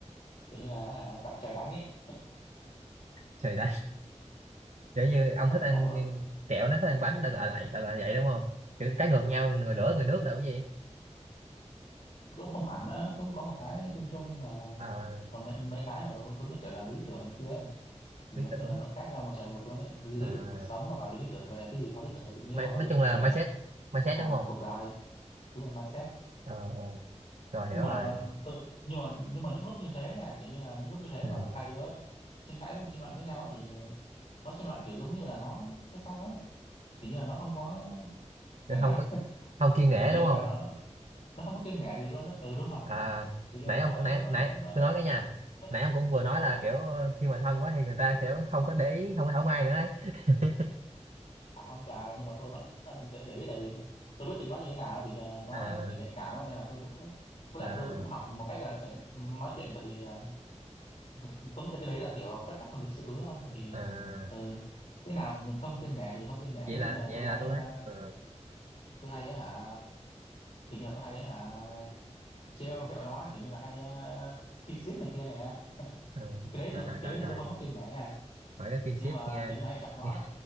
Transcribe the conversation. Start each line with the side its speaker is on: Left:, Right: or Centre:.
Left: kiểu như là hả, cặp trời đánh ấy
Right: trời đất kiểu như ông
Left: ờ
Right: thích ăn
Left: thật luôn
Right: kẹo nó thích ăn bánh đã lại lại lại lại vậy đúng không kiểu trái ngược nhau người lửa người nước đâu cái gì
Left: cũng không hẳn đó cũng có một cái chung chung nhưng mà
Right: à,
Left: còn mấy mấy cái mà tôi nó kiểu là lý tưởng này kia ấy thì
Right: lý
Left: giống
Right: tưởng
Left: như là nó khác nhau một trời một vực luôn ấy lý
Right: à,
Left: tưởng cuộc sống hoặc là lý tưởng về cái gì đó lý tưởng về tình yêu
Right: mai-
Left: hoặc là
Right: nói
Left: lý
Right: chung
Left: tưởng
Right: là
Left: về
Right: mindset mindset
Left: à,
Right: đúng không
Left: cuộc đời đúng rồi mindset
Right: ờ, ờ. rồi hiểu
Left: nhưng mà
Right: rồi
Left: tự, nhưng mà nhưng mà những lúc như thế nha kiểu như là những lúc như thế
Right: ừ.
Left: mà hai đứa tranh cãi với tranh luận với nhau á, thì nó tranh luận kiểu giống như là nó nó sao ấy kiểu như là nó không có
Right: chứ
Left: cảm giác
Right: không có không kiêng nể
Left: kiểu
Right: đúng
Left: như là
Right: không
Left: nó nó không có kiêng nể gì luôn á ừ đúng rồi
Right: à
Left: kiểu như
Right: nãy
Left: là nó
Right: ông
Left: nó
Right: nãy
Left: nó
Right: nãy
Left: nó
Right: tôi
Left: nó, nó,
Right: nói cái nha
Left: nó,
Right: nãy
Left: nó,
Right: ông cũng vừa nói
Left: ờ,
Right: là kiểu ờ, khi mà thân quá thì người ta sẽ không có để ý không có thảo mai nữa ấy <laughs>
Left: À không trời nhưng mà tôi vẫn ờ, để, để ý tại vì tôi biết tính nó như thế nào kiểu như là nó
Right: à,
Left: kiểu nhạy cảm á, nên là tôi cũng với
Right: à,
Left: lại tôi cũng học một cách là cái, nói chuyện tại vì ờ, giống như là cái đấy là kiểu phép tắc lịch sử ấy không tại vì
Right: à.
Left: ừ, cái nào không kiêng nể thì không kiêng nể
Right: vậy
Left: ví
Right: là
Left: dụ như là
Right: vậy
Left: tôi
Right: là
Left: hay
Right: tôi
Left: ờ,
Right: nói ờ,
Left: tôi hay á hả kiểu như là tôi hay á hả trêu ghẹo nói kiểu như là hay uh, skin ship này kia nè
Right: ờ.
Left: cái đấy
Right: trời
Left: tôi
Right: trời
Left: cái
Right: trời
Left: đấy thì
Right: trời
Left: tôi không có kiêng nể nha
Right: hỏi cái kinship
Left: nhưng mà
Right: nghe
Left: kiểu như là hay chọc nói
Right: nghe,